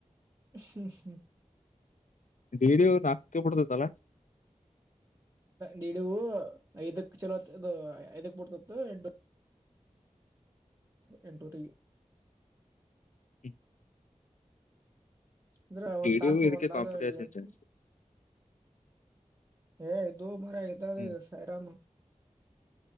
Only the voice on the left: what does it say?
ಡಿ ಡಿ ನಾಲ್ಕ ಬಿಡ್ತದಲ್ಲ.
ಹ
ಡಿ ಯು ಇದಕ್ಕೆ
ಕಾಂಪಿಟೇಷನ್
ಜಾಸ್ತಿ
ಹ್ಮ್